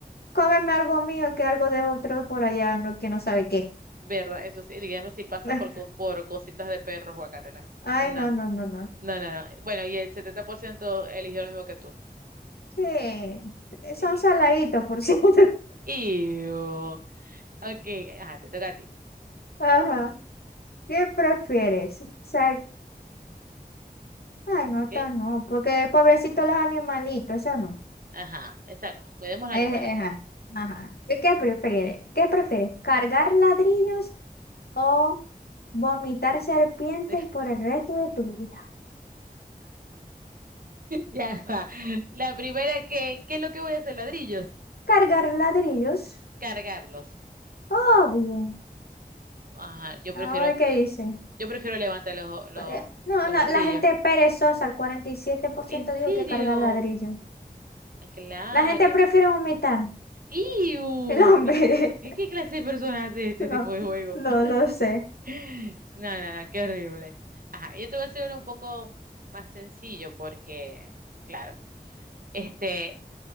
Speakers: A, on the left; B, on the right.
A: cómeme algo mío que algo de otro por allá, no, que no sabe qué.
B: ¿Verdad? Eso sí, dígame si pasas
A: <laughs>
B: por, co- por cositas de perros, guacatela.
A: Ay,
B: Nah.
A: no, no, no, no.
B: No, no, no. Bueno, y el 70% eligió lo mismo que tú.
A: Sí, eh, son
B: Sí.
A: saladitos, por cierto.
B: Iu. Ok, ajá, te toca a ti.
A: <laughs> Ajá. ¿Qué prefieres? Sa- Ay, no,
B: Ok,
A: esta no, porque pobrecitos los animalitos, eso no.
B: ajá, esa no. Cuidemos los
A: Eh,
B: animales.
A: eh, ajá, ajá. ¿Y ¿Qué prefieres? ¿Qué prefieres? ¿Cargar ladrillos o vomitar serpientes
B: <laughs>
A: por el resto de tu vida?
B: Ya va. La primera que, ¿qué es lo que voy a hacer? ¿Ladrillos?
A: ¿Cargar ladrillos?
B: Cargarlos.
A: Obvio.
B: Ajá, yo
A: Vamos
B: prefiero
A: a ver
B: que,
A: qué dice.
B: yo prefiero levantar los, los,
A: Pero- No,
B: los
A: no,
B: ladrillos.
A: la gente es perezosa, el cuarenta y siete por
B: ¿En
A: ciento
B: serio?
A: dijo que cargar ladrillo.
B: Ah, Claro.
A: La gente prefiere vomitar.
B: ¡Iu!
A: El hombre,
B: Mi- ¿eh, ¿Qué clase de personas hace
A: <laughs>
B: este
A: no,
B: tipo de juego?
A: no
B: <laughs>
A: lo sé.
B: No, no, no, qué horrible. Ajá, yo te voy a hacer uno un poco más sencillo porque, claro, este,